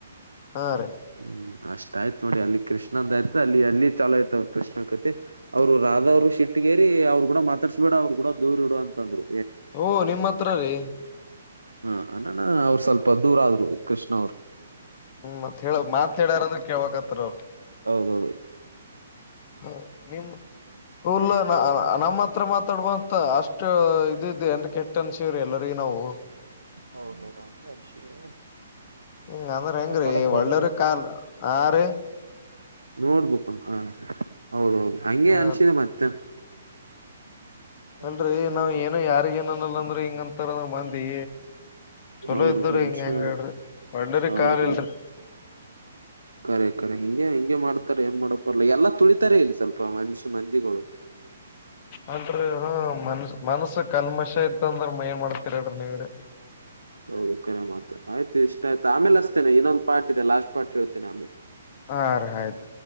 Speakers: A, on the left (about 35°); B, on the right (about 85°).
A: ಹಾ ರೀ
B: ಹ್ಮ್ ಅಷ್ ಆಯ್ತ್ ನೋಡಿ ಅಲ್ಲಿ ಕೃಷ್ಣಂದ ಆಯ್ತು ಅಲ್ಲಿ ಅಲ್ಲಿ ಚಲುವ್ ಆಯ್ತ್ ಅವ್ರ್ ಕೃಷ್ಣ ಕತಿ ಅವರು ರಾಧವರು ಶಿಟ್ಟಗೇರಿ ಅವರು ಕೂಡ ಮಾತಾಡ್ಸಬೇಡ ಅವ್ರು ಕೂಡ ದೂರ್ ಇಡು ಅಂತಂದರು.
A: ಓ ನಿಮ್ಮ ಹತ್ರ ರೀ.
B: ಹಾ ಅನನ ಅವರು ಸ್ವಲ್ಪ ದೂರ ಆದ್ರು ಕೃಷ್ಣ ಅವರು.
A: ಹ್ಮ್ ಮತ್ ಹೇಳ ಮಾತ್ ಹೇಳ್ಯಾರಂದ್ರೆ ಕೇಳಳ್ಬೇಕ್. ಪತ್ರ ಅವ್ರ್
B: ಅದ್ದು
A: ಹ ನಿಮ್ ಉಲ್ಲ ನಮ್ ನಮ್ತ್. ಮಾತ್ರ ಮಾತಾಡುಬಾ. ಅಷ್ಟ ಇದು ಇದು ಎಂತ್ ಕೇಟ್ ಅಂಷಿವ್ರಿ ಎಲ್ಲರಿಗ್ ನಾವು
B: ಹೌದೌದು ಹಂಗೆ ಅನ್ಸಿದೆ
A: ಇಂಗ್ ಅಂದ್ರ ಹೆಂಗ್ರೀ
B: ಏನ್ ಮಾಡಕ್ ಬರಲ್ಲ
A: ಒಳ್ಳರಿ ಕಲ್ ಆ ರೀ.
B: ನೋಡ್ಬುಕ್ ಹ ಹೌದೌದು. ಹಂಗೆ
A: ಹ
B: ಅನ್ಸಿದೆ ಮತ್ತೆ ಏನ್. ಹ್ಮ
A: ಅಲ್ರರಿ ನಾವ್ ಏನು ಯಾರಿಗ ಏನ ಅನ್ನಲ್ಲ ಅಂದ್ರ ಹಿಂಗ ಅಂತಾರಂದ್ರ ಮಂದಿ ಚಲೋ
B: ಹೌದು
A: ಇದ್ದವ್ರ
B: ಮನುಷ್ಯ
A: ಹಿಂಗ ಹೆಂಗ ಹೇಳ್ರಿ ಒಳ್ಳೇರಿ
B: ಹೌದೌದು
A: ಕಾಲ್ ಇಲ್ರಿ
B: ಕರೆ ಕರೆ ಹಿಂಗೆ ಹ ಮಾಡ್ತಾರೆ ಏನ್ ಮಾಡ್ಲಿಕ್ ಬರಲ್ಲ ಎಲ್ಲ ತುಳಿತಾರೆ ಇಲ್ಲಿ ಸ್ವಲ್ಪ್ ಅ ಮನುಷ್ಯ ಮಂದಿಗಳು.
A: ಅಲ್ರಿ ಹ ಮನುಷ್ ಮನಸ ಕಲ್ಮಶ ಇತ್ತಂದ್ರೆ ಏನ್ ಮಾಡ್ <unintelligible>
B: ಹೌದು ಕರ ಮಾತ ಆಯ್ತು ಇಷ್ಟ ಆಯ್ತು ಆಮೇಲೆ ಅಷ್ಟೆನೆ ಇನ್ನೊಂದು ಪಾರ್ಟ್ ಇದೆ ಲಾಸ್ಟ್ ಪಾರ್ಟ್ ಹೇಳ್ತೇನ ಆಮೇಲ್.
A: ಹಾ ರೀ ಆಯ್ತು